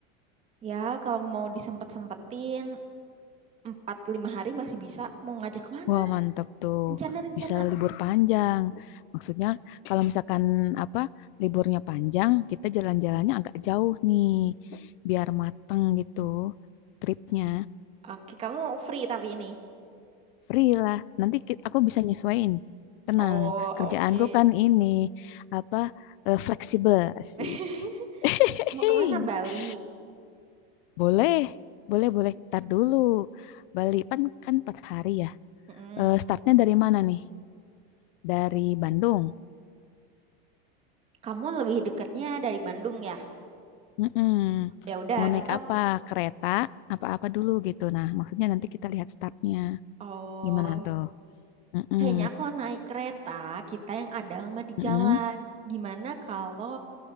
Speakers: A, on the right; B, on the left.
A: Ya kalau mau disempet-sempetin empat lima hari masih bisa. Mau ngajak mana?
B: Wah, mantap tuh.
A: Rencana-rencana.
B: Bisa libur panjang. Maksudnya kalau misalkan apa liburnya panjang, kita jalan-jalannya agak jauh nih, biar mateng gitu tripnya.
A: Oke kamu free tapi ini.
B: Free lah. Nanti ki- aku bisa nyesuaiin. Tenang,
A: Oh,
B: kerjaanku
A: oke.
B: kan ini apa eh, fleksibel, asik.
A: <laughs>
B: <laughs>
A: Mau kemana Bali?
B: Boleh, boleh, boleh. Tar dulu. Bali kan kan 4 hari ya.
A: Mm.
B: Eh, startnya dari mana nih? Dari Bandung.
A: Kamu lebih deketnya dari Bandung ya?
B: Mm-mm.
A: Ya udah
B: Mau naik
A: kita
B: apa? Kereta? Apa-apa dulu gitu. Nah, maksudnya nanti kita lihat startnya.
A: Oh,
B: Gimana tuh? Mm-mm.
A: Kayaknya kalau naik kereta, kita yang ada lama di
B: Mm-mm.
A: jalan. Gimana kalau